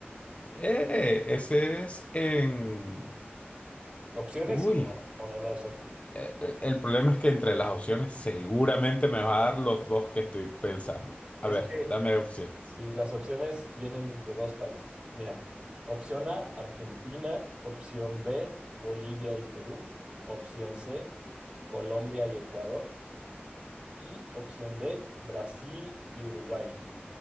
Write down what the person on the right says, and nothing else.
¿Opciones
o, o no las ocupa?
Es
que
Sí, las opciones vienen de dos países. Mira, opción A, Argentina, opción B, Bolivia y Perú, opción C, Colombia y Ecuador, y opción D, Brasil y Uruguay.